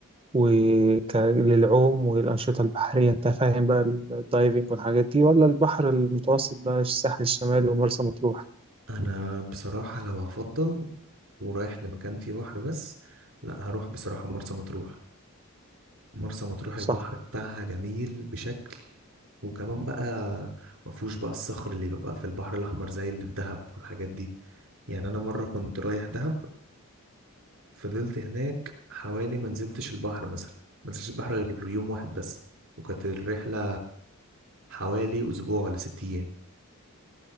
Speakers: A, on the right (about 25°); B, on the right (about 70°).
A: وك للعوم والأنشطة البحرية أنت فاهم بقى ال- الدايفنج والحاجات دي ولا البحر المتوسط بقى الساحل الشمالي ومرسى مطروح
B: أنا بصراحة لو هفضل ورايح لمكان فيه بحر بس لا هروح بصراحة مرسى مطروح مرسى مطروح البحر
A: صح
B: بتاعها جميل بشكل وكمان بقى ما فيهوش بقى الصخر اللي بيبقى في البحر الاحمر زي اللي في دهب والحاجات دي يعني انا مره كنت رايح دهب فضلت هناك حوالي ما نزلتش البحر مثلا ما نزلتش البحر غير يوم واحد بس وكانت الرحله حوالي اسبوع ولا ست ايام